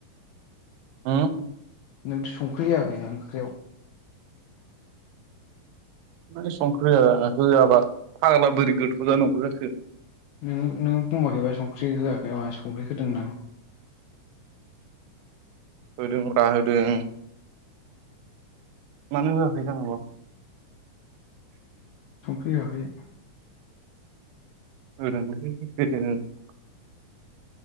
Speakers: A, on the right (about 85°); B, on the left (about 80°).
A: हो
B: नोंथ' संख्रै होआखै ओंख्रियाव
A: मा संख्रिया होआबा फाग्ला बोरै गोथौ जानांगौ जाखो
B: नोङो नों बुंबाखैबा संख्रि होआखै मा संख्रि होदों होननानै
A: होदों रा होदों मानोबा <unintelligible>
B: <unintelligible>
A: होदों <unintelligible>